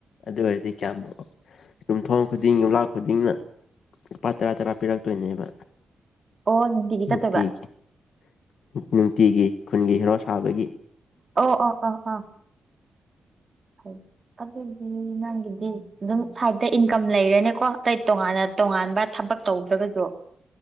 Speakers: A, on the left; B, on the right.
A: ꯑꯗꯨ ꯑꯣꯏꯔꯗꯤ ꯀ꯭ꯌꯥꯃꯨꯛ ꯌꯨꯝꯊꯣꯡ ꯈꯨꯗꯤꯡ ꯌꯨꯝꯂꯥꯛ ꯈꯨꯗꯤꯡꯉ ꯂꯨꯄꯥ ꯇꯔꯥ ꯇꯔꯥ ꯄꯤꯔꯛꯇꯣꯏꯅꯦꯕ
B: ꯑꯣ
A: ꯅꯨꯡꯇꯤꯒꯤ
B: ꯆꯠꯇꯣꯏꯕ
A: ꯎꯝ ꯅꯨꯡꯇꯤꯒꯤ ꯈꯨꯟꯒꯤ ꯍꯦꯔꯣ ꯁꯥꯕꯒꯤ
B: ꯑꯧ ꯑꯣ ꯑꯣ ꯑꯥ <inaudible> ꯑꯗꯨꯗꯤ ꯅꯪꯒꯤꯗꯤ ꯑꯗꯨꯝ ꯁꯥꯏꯗꯇꯥ ꯏꯟꯀꯝ ꯂꯩꯔꯦꯅꯦꯀꯣ ꯑꯗꯩ ꯇꯣꯉꯥꯟꯅ ꯇꯣꯉꯥꯟꯕ ꯊꯕꯛ ꯇꯧꯗ꯭ꯔꯒꯖꯨ